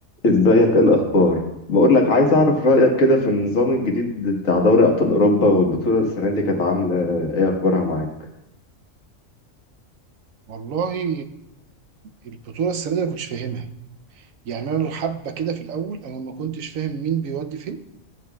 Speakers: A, on the left; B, on the right.
A: ازيك ايه الاخبار بقول لك عايز اعرف رايك كده في النظام الجديد بتاع دوري ابطال اوروبا والبطوله السنه دي كانت عامله ايه اخبارها معاك
B: والله البطولة السنة دي أنا كنتش فاهمها يعني أنا حبة كده في الأول أنا ما كنتش فاهم مين بيودي فين